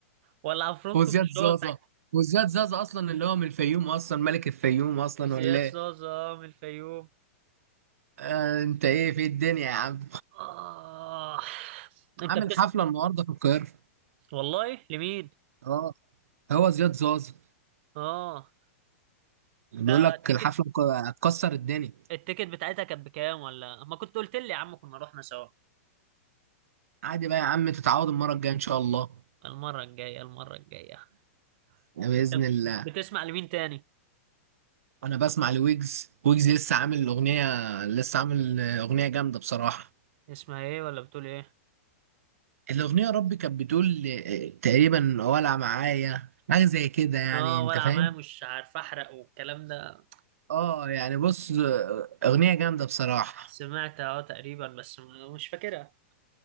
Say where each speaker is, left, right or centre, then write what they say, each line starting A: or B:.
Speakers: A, on the right; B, on the right.
A: ولا عفروتو
B: وزياد
A: مش
B: زازا
A: هو بتاع الك-
B: وزياد زازا اصلا اللي هو من الفيوم اصلا ملك الفيوم اصلا
A: زياد
B: ولا ايه
A: زازا آه، من الفيوم
B: آه انت ايه في الدنيا يا عم
A: آه أنت
B: عامل
A: بتسمع
B: حفله النهارده في القاهره
A: والله لمين؟
B: اه هو زياد زازا
A: آه
B: بيقول
A: ده
B: لك
A: التيكت
B: الحفله مك- هتكسر الدنيا
A: التيكت بتاعتها كانت بكام ولا ما كنت قلت لي يا عم كنا رحنا سوا
B: عادي بقى يا عم تتعود المره الجايه ان شاء الله
A: المرة الجاية المرة الجاية
B: بإذن
A: أنت
B: الله
A: بتسمع لمين تاني؟
B: أنا بسمع لويجز ويجز لسه عامل أغنية لسه عامل أغنية جامدة بصراحة
A: اسمها إيه ولا بتقول إيه؟
B: الأغنية يا ربي كانت بتقول آه، تقريبا ولع معايا حاجة زي كده يعني
A: آه
B: أنت
A: ولا
B: فاهم؟
A: معايا مش عارف أحرق والكلام ده
B: آه يعني بص آه، أغنية جامدة بصراحة
A: سمعت اه تقريبا بس م- مش فاكرها